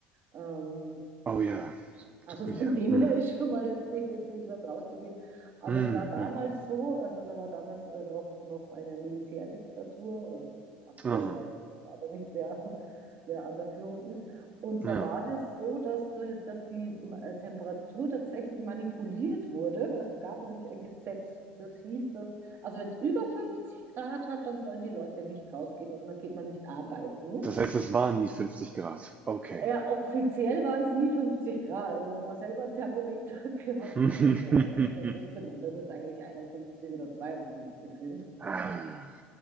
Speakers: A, on the right (about 50°); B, on the right (about 30°).
A: Ähm,
B: Oh ja,
A: Also
B: tut
A: von
B: mir.
A: dem
B: Mm,
A: her ist schon mal jetzt nicht empfehlenswert rauszugehen. Aber
B: mm,
A: es war damals
B: mm.
A: so, also da war damals äh, noch, noch eine Militärdiktatur, also aktuell
B: Oh,
A: weiß ich leider nicht, wer, <laughs> wer an der Führung ist. Und
B: ja.
A: da war das so, dass, de, dass die äh, Temperatur tatsächlich manipuliert wurde, weil es gab nämlich ein Gesetz, das hieß, dass, also wenn es über 50 Grad hat, dann sollen die Leute nicht rausgehen und dann geht man nicht arbeiten.
B: Das heißt, es waren nie 50 Grad. Okay.
A: Ja, offiziell waren es nie 50 Grad, aber wenn man selber ein Thermometer <laughs> gehabt
B: <laughs>
A: hat zu Hause, dann wusste man, dass es eigentlich 51 oder 52 sind.
B: Ah,